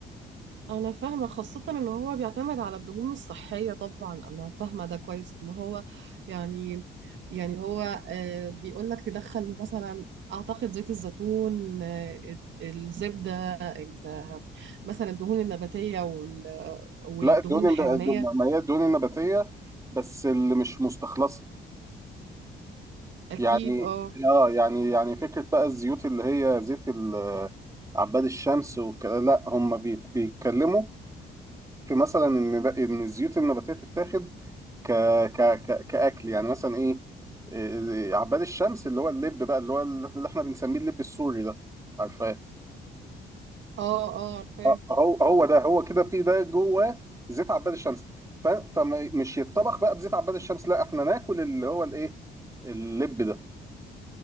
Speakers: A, on the right; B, on the right.
A: انا فاهمه خاصه ان هو بيعتمد على الدهون الصحيه طبعا انا فاهمه ده كويس ان هو يعني يعني هو آه، بيقول لك تدخل مثلا اعتقد زيت الزيتون آه، الزبده ال- مثلا الدهون النباتيه وال- والدهون
B: لا الدهون
A: الحيوانيه
B: الد- الد- ما هي الدهون النباتية بس اللي مش مستخلصة
A: اكيد
B: يعني
A: اه
B: اه يعني يعني فكرة بقى الزيوت اللي هي زيت ال- عباد الشمس وكده لا هم بيت- بيتكلموا في مثلا ان ده- ان الزيوت النباتية تتاخد ك ك ك كأكل يعني مثلا ايه إيه، عباد الشمس اللي هو اللب بقى اللي هو اللي احنا بنسميه اللب السوري ده عارفة
A: اه اه عارفاه
B: آه، هو هو ده هو كده في ده جوه زيت عباد الشمس ف- فمش يتطبخ بقى بزيت عباد الشمس لا احنا ناكل اللي هو الايه اللب ده